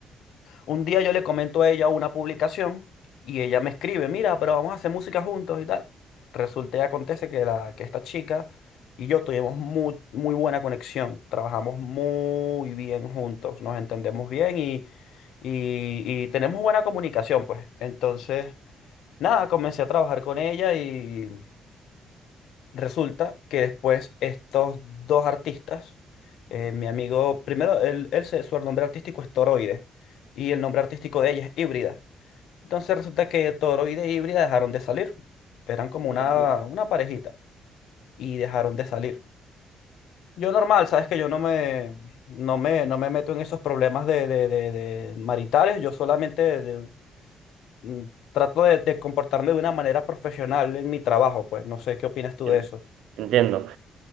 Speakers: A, on the left (about 80°); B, on the right (about 85°).
A: Un día yo le comento a ella una publicación y ella me escribe, mira, pero vamos a hacer música juntos y tal. Resulta y acontece que, la, que esta chica y yo tuvimos muy, muy buena conexión, trabajamos muy bien juntos, nos entendemos bien y, y, y tenemos buena comunicación, pues. Entonces, nada, comencé a trabajar con ella y Resulta que después estos dos artistas, eh, mi amigo, primero, él, él se- su nombre artístico es Toroide y el nombre artístico de ella es Híbrida. Entonces resulta que Toroide e Híbrida dejaron de salir. Eran como una,
B: Ok.
A: una parejita y dejaron de salir. Yo normal, sabes que yo no me, no me, no me meto en esos problemas de, de, de- de maritales, yo solamente de- mm, trato de, de comportarme de una manera profesional en mi trabajo, pues no sé qué opinas tú
B: En-
A: de eso.
B: Entiendo.